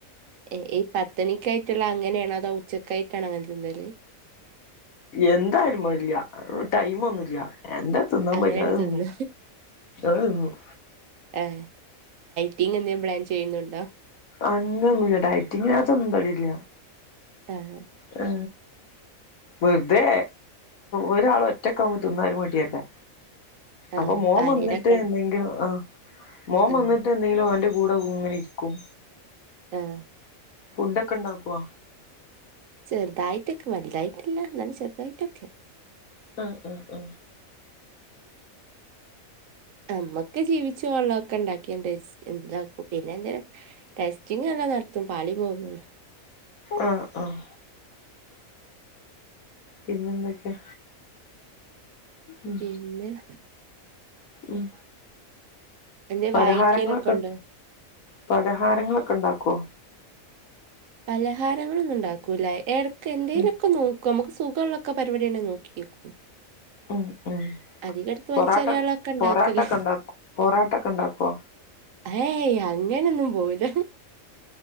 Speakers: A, on the right; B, on the left.
A: ഏ ഈ പത്ത് മണിക്കായിട്ടുള്ളതാണോ അങ്ങനെയാണോ അതോ ഉച്ചക്കായിട്ടാണ് വെക്കുന്നത്
B: എന്തായാലും മെഡില്ല ടൈമ് ഒന്നുംല്ല്യ എന്താ തിന്നാം
A: അങ്ങനെയാണ്
B: പറ്റ്ണത്
A: തിന്ന
B: തിന്നും കുട്ടിയാൾതിന്നും
A: ഹേ ഡയറ്റിംഗ് എന്തേലും പ്ലാൻ ചെയ്യുന്നുണ്ടോ
B: അങ്ങനൊന്നുല്ല ഡയറ്റിങ്ങിനകത്തൊന്നുംതടില്ല
A: ആഹ്
B: ഹേ വെറുതെ ഒരാള് ഒറ്റക്കാവുമ്പം തിന്നാൻ ഒരു മടിയാവും
A: ആഹ്
B: അപ്പൊ മോൻ
A: ആരേലൊക്കെണ്ട്
B: വന്നിട്ട് എന്തെങ്കിലും ആഹ് - മോൻ
A: ആഹ്
B: വന്നിട്ട് എന്തെങ്കിലും ഓന്റെ കൂടെയിങ്ങനെ ഇരിക്കും
A: ആഹ്
B: ഫുഡ് ഒക്കെ ഇണ്ടാക്കുവോ
A: ചെറുതായിട്ടൊക്കെ വലുതായിട്ടില്ല എന്നാലും ചെറുതായിട്ടൊക്കെ
B: ആഹ് ആഹ് ആഹ്
A: നമ്മക്ക് ജീവിച്ചു പോവാനുള്ളത് ഒക്കെ ഉണ്ടാക്കിയാണ്ട് ഇത്‌യാക്കും പിന്നെ എന്തിനാ ടെസ്റ്റിങ് എല്ലാം നടത്തും പാളി പോവുന്നെയുള്ളു
B: ആഹ് ഓഹ് പിന്നെ എന്തൊക്കെയാ ഉം
A: പിന്നെ-
B: ഉം
A: എന്തേ
B: പലഹാരങ്ങള്
A: വായിക്കലൊക്കെ
B: ഒക്കെ
A: ഉണ്ടോ
B: പലഹാരങ്ങളൊക്കെ ഇണ്ടാക്കോ
A: പലഹാരങ്ങളൊന്നും ഉണ്ടാക്കൂല്ല എടക്ക് എന്തേങ്കിലൊക്കെ
B: ഉം
A: നോക്കും നമുക്ക് സുഖമുള്ളൊക്കെ പരിപാടിയണെ നോക്കിവെക്കും
B: ഉം ഉം
A: <inaudible> അധികം എടുത്തു
B: പൊറാട്ട
A: വലിച്ചെറിയാൻ ഒക്കെ ഉള്ളത് ഇണ്ടാക്കല്
B: പൊറാട്ടൊക്കെ ഉണ്ടാക്കും പൊറാട്ടൊക്കെ ഉണ്ടാക്കോ
A: ഏയ് അങ്ങനെയൊന്നും പോവൂല